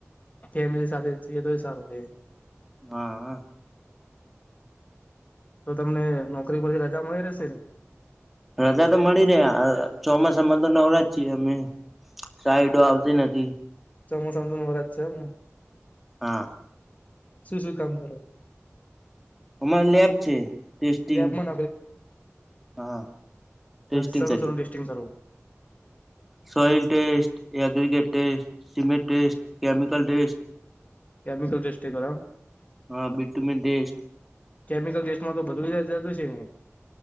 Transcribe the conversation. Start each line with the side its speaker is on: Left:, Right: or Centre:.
Left: કેમિલી સાથે છેએ તોય સારું છે
Centre: હા
Left: તો તમને નોકરી પરથી રજા મળી રહેશે ને?
Centre: રજા તો મળી રે ચોમાસામાં તો નવરાજ છીએ અમે. સાઈડો આવતી નથી
Left: ચોમાસામાં નવરાજ છે એમને
Centre: હા
Left: શું શું કામ કરો?
Centre: અમારી લેબ છે ટેસ્ટિંગ
Left: લેબમાં
Centre: હા ટેસ્ટિંગ
Left: બસ સરારું સરું ટેસ્ટિંગ કરારું
Centre: soil test aggregate test cement test chemical test
Left: chemical ચટેસ્ટે કર
Centre: હા બટુ મે ડટેસ્ટ
Left: કેમિકલ ટેસ્ટમાં તો બધું જતું છે ને